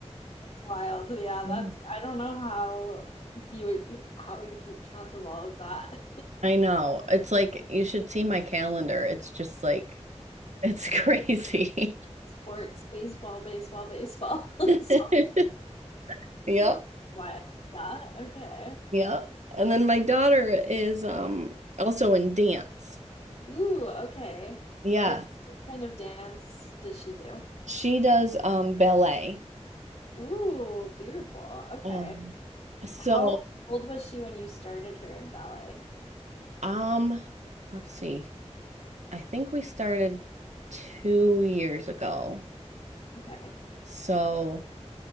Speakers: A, on the left; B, on the right.
A: wild. Yeah,
B: Yeah.
A: that's I don't know how you would how you keep track of all of that.
B: I know. It's like you should see my calendar. It's just like it's <laughs> crazy.
A: <laughs> Sports, baseball, baseball, baseball. <laughs>
B: <laughs>
A: So,
B: Yep.
A: It's wild. Yeah. Okay.
B: Yep. And then my daughter is um also in dance.
A: Ooh, okay.
B: Yes.
A: Does, what kind of dance does she do?
B: She does um ballet.
A: Ooh, beautiful. Okay.
B: Um so
A: How old was she when you started her in ballet?
B: um let's see. I think we started two years ago.
A: Okay.
B: So